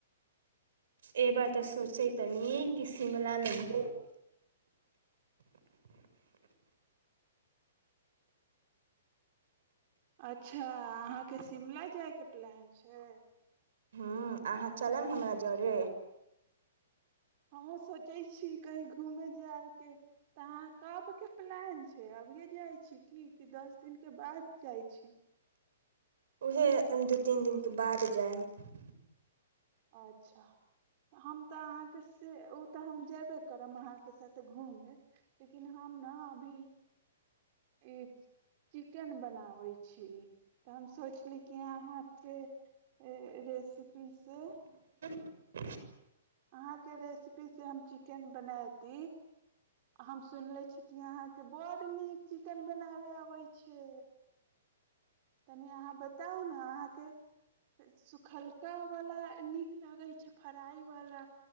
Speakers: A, on the right; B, on the right.
A: ए बात तऽ सोचै त न कि शिमलामे म
B: अच्छा अहाँके शिमला जायके के प्लान छै
A: हाँ अहाँ चलब हमरा जरे
B: हमहूँ सोचै छी कहीँ घूमेय जायके तऽ अहाँ कबके प्लान छै अभिए जाइ छी की कि दस दिनके बाद जाइ छी
A: उएह दू तीन दिनके बाद जायब
B: अच्छा हम तऽ अहाँके से ओ तऽ हम जेयबे करब अहाँके साथ घूमय लेकिन हम ने अभी ई चिकेन बनाबे छी तऽ हम सोचली कि यहा यहाँके रेसिपी से
A: <inaudible>
B: अहाँके रेसिपीसँ हम चिकेन बनायब हम सुनले छी क कि अहाँ के बड नीक चिकन बनावे आबे छै तनि अहाँ बताउ ने अहाँके सुखलका वाला नीक लगे छै फ्राई वला